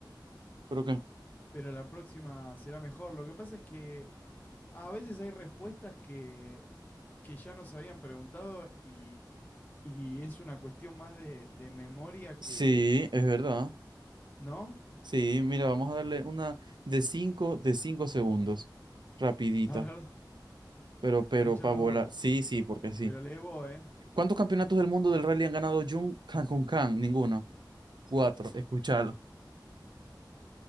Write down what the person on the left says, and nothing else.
pero la próxima será mejor. Lo que pasa es que a veces hay respuestas que, que ya nos habían preguntado y, Y es una cuestión más de, de memoria que,
¿no?
A ver,
para hinchar
las
bolas.
Pero le voy ¿eh?